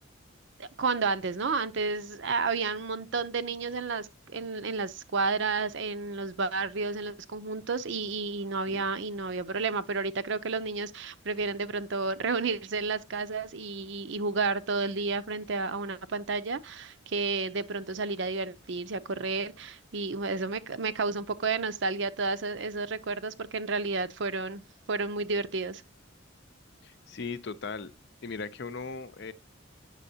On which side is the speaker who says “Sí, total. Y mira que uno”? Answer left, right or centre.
Left